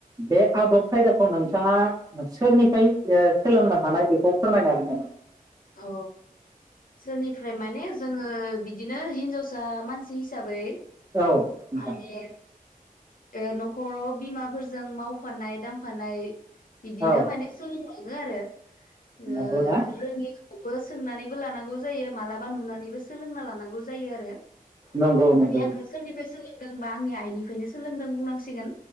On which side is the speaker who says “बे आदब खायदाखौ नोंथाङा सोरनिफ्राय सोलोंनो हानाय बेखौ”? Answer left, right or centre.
Right